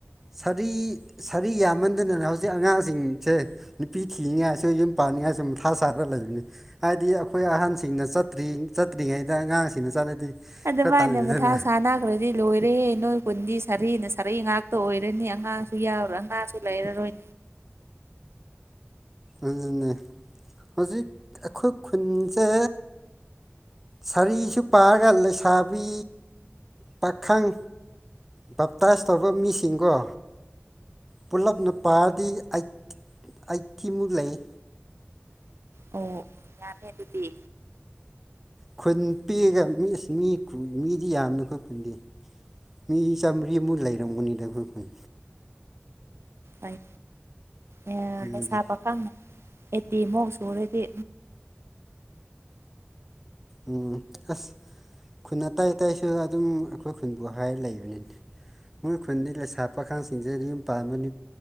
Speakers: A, in the centre; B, on the right.
A: ꯁꯥꯔꯤ ꯁꯥꯔꯤ ꯌꯥꯝꯃꯟꯗꯗꯅ ꯍꯧꯖꯤꯛ ꯑꯉꯥꯡꯁꯤꯡꯁꯦ ꯅꯨꯄꯤ ꯊꯤꯅꯤꯡꯉꯥꯏꯁꯨ ꯌꯨꯝ ꯄꯥꯅꯤꯡꯉꯥꯏꯁꯨ ꯃꯊꯥ ꯁꯥꯔ ꯂꯩꯕꯅꯤ ꯍꯥꯏꯗꯤ ꯑꯩꯈꯣꯏ ꯑꯍꯟꯁꯤꯡꯅ ꯆꯠꯇ꯭ꯔꯤ ꯆꯠꯇ꯭ꯔꯤꯉꯩꯗ ꯑꯉꯥꯡꯁꯤꯡꯅ ꯆꯠꯂꯗꯤ
B: ꯑꯗꯨ
A: ꯈꯔ
B: ꯃꯥꯥꯏꯅ
A: ꯇꯜꯂꯤꯗꯅ
B: ꯃꯊꯥ ꯁꯥꯅꯈ꯭ꯔꯗꯤ ꯂꯣꯏꯔꯦꯍꯦ ꯅꯣꯏ ꯈꯨꯟꯗꯤ ꯁꯥꯔꯤꯅ ꯁꯥꯔꯤ ꯉꯥꯛꯇ ꯑꯣꯏꯔꯅꯤ ꯑꯉꯥꯡꯁꯨ ꯌꯥꯎꯔꯣꯏ ꯑꯉꯥꯡꯁꯨ ꯂꯩꯔꯔꯣꯏ
A: ꯑꯗꯨꯅꯦ ꯍꯧꯖꯤꯛ ꯑꯩꯈꯣꯏ ꯈꯨꯟꯖꯦ ꯁꯥꯔꯤꯁꯨ ꯄꯥꯔꯒ ꯂꯩꯁꯥꯕꯤ ꯄꯥꯈꯪ ꯕꯥꯞꯇꯥꯏꯁ ꯇꯧꯕ ꯃꯤꯁꯤꯡꯀꯣ ꯄꯨꯜꯂꯞꯅ ꯄꯥꯔꯗꯤ ꯑꯏ ꯑꯥꯏꯇꯤꯃꯨꯛ ꯂꯩꯌꯦ
B: ꯑꯣ ꯌꯥꯝꯃꯦ ꯑꯗꯨꯗꯤ
A: ꯈꯨꯟ ꯄꯤꯛꯑꯒ ꯃꯤꯁ ꯃꯤ ꯃꯤꯗꯤ ꯌꯥꯝꯃꯦ ꯑꯩꯈꯣꯏ ꯈꯨꯟꯗꯤ ꯃꯤ ꯆꯥꯃ꯭ꯔꯤ ꯃꯨꯛ ꯂꯩꯔꯝꯒꯅꯤꯗ ꯑꯩꯈꯣꯏ ꯈꯨꯟ
B: ꯑꯩ ꯑꯦ
A: ꯑꯗꯨꯗꯤ
B: ꯂꯩꯁꯥ ꯄꯥꯈꯪ ꯑꯦꯠꯇꯤ ꯃꯨꯛ ꯁꯨꯔꯗꯤ
A: ꯎꯝ ꯑꯁ ꯈꯨꯟ ꯑꯇꯩ ꯑꯇꯩꯁꯨ ꯑꯗꯨꯝ ꯑꯩꯈꯣꯏ ꯈꯨꯟꯕꯨ ꯍꯥꯏꯔ ꯂꯩꯕꯅꯤꯅꯦ ꯃꯣꯏ ꯈꯨꯟꯗꯤ ꯂꯩꯁꯥ ꯄꯥꯈꯪꯁꯤꯡꯁꯦ ꯌꯨꯝ ꯄꯥꯟꯕꯅꯤ